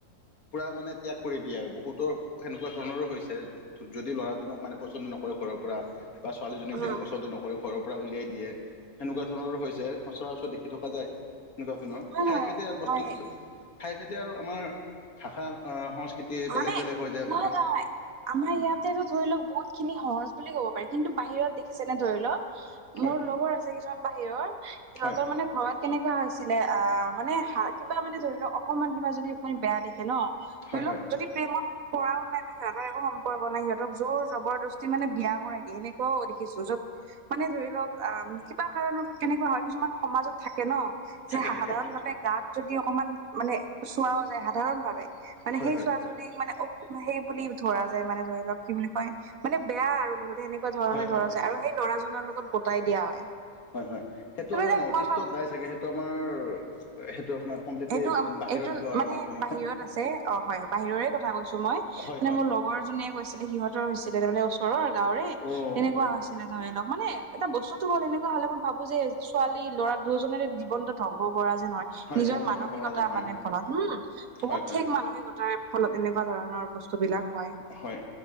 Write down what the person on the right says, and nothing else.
হয়
হয়
হয়
মানে
নহয় নহয় আমাৰ
ইয়াতেতো ধৰি লওক বহুত খিনি সহজ বুলি ক'ব পাৰি কিন্তু বাহিৰত দেখিছে নে ধৰি লওক
মোৰ লগৰ আছে কিছুমান বাহিৰৰ সিহঁতৰ
মানে ঘৰত কেনেকোৱা হৈছিলে আহ মানে কিবা মানে ধৰি লও অকমান কিবা যদিমান বেয়া দেখে ন
ধৰি লওক
যদি প্ৰেমত কৰাও নাই বা সিহঁতৰ একো সম্পৰ্ক নাই সিহঁতক জোৰ জবৰদস্তি মানে বিয়া কৰাই দিয়ে সেনেকোৱাও দেখিছো য'ত মানে ধৰি লওক আ কিবা কাৰণত কেনেকুৱা হয় কিছুমান সমাজত থাকে ন
যে
সাধাৰণ ভাৱে গাত যদি অকমান মানে চোৱাও যায় সাধাৰণ ভাৱে মানে
সেই
চোৱা যদি মানে অ সেই বুলি ধৰা যায় মানে ধৰি লওক কি বুলি কয় মানে বেয়া আৰু মাজতে সে নেকুৱা ধৰণৰ
ধৰা
যায় আৰু সেই ল'ৰাজনৰ লগত গটাই দিয়া হয়।
সেইবিলাক
মই
ভাবো
এইটো আ
এইটো
মানে
বাহিৰত আছে অ হয় বাহিৰৰে কথা কৈছো মই।
মানে
মোৰ লগৰ এজনীয়ে গৈছিলে সিহঁতৰ হৈছিলে তাৰমানে ওচৰৰ গাঁৱৰে
তেনেকুৱা হৈ ছিলে ধৰি লওক মানে এটা বস্তুতো হ'ল এনেকুৱা হলে মই ভাবো যে ছোৱালী ল'ৰা দুইজনৰে জীৱনটো ধ্বংস কৰা যেন হয় নিজৰ
মানসিকতা
মানে ফলত হোম বহুত
ঠিক মানসিকতাৰে ফলত এনেকুৱা ধৰণৰ বস্তুবিলাক হয়।